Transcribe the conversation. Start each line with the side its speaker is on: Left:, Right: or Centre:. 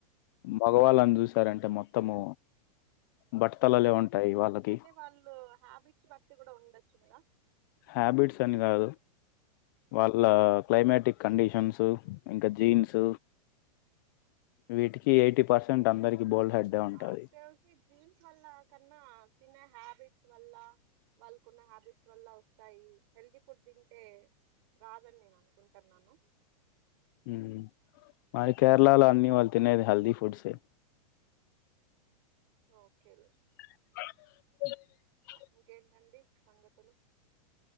Left: మగవాళ్ళన్ జూ సారంటె మొత్తము బట్టతలలే ఉంటాయి వాళ్ళకి
Right: అంటె వాళ్లూ హ్యాబిట్స్ బట్టి గుడ ఉండచ్చు గదా
Left: హ్యాబిట్స్ అని గాదు వాళ్ళా క్లైమాేటిక్ కండిషన్స్ ఇంకా జీన్స్ వీటికి ఎయిటీ పర్సెంట్ అందరికి బోల్డ్ హెడ్డే ఉంటది.
Right: ఆక్ తెల్ సీ జీన్స్ వల్ల కన్నా తినే హ్యాబిట్స్ వల్లా వాళ్ళకు ఉన్న హ్యాబిట్స్ వల్ల వస్తాయి హెల్తీ ఫుడ్ తింటే రాదని నేను అనుకుంటూఉన్నాను
Left: ఉహు మరి కేరళలో అన్ని వాళ్ తినేది హెల్దీ ఫుడ్స్ ఏ
Right: ఓకే
Left: అ
Right: ఇంకేంట అండి సంగతులు